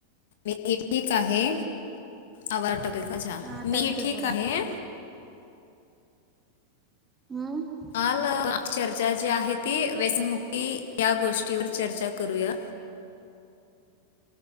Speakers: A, on the left; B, on the right.
A: मी ठीक आहे आव आटप एकाच्या
B: हा आता
A: मी
B: येतोय
A: ठीक
B: बोला.
A: आहे.
B: हम्म.
A: आल चर्चा जी आहे ती व्यसनमुक्ती या गोष्टीवर चर्चा करूया.